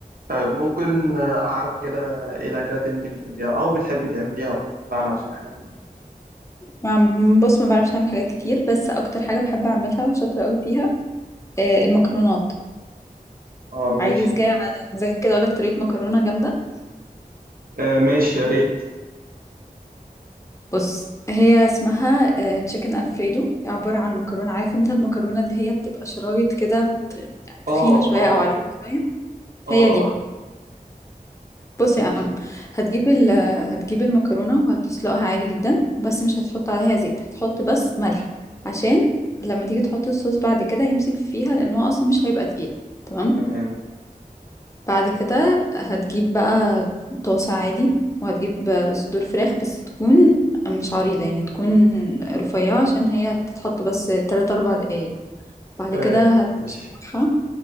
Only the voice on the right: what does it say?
طيب ممكن أعرف كده إيه الأكلات اللي أنت بتحبيها أو بتحبي تعمليها بمعنى صح يعني
أه ماشي
آه ماشي يا ريت
أه
أه
أه
ماشي
تمام
آه
ماشي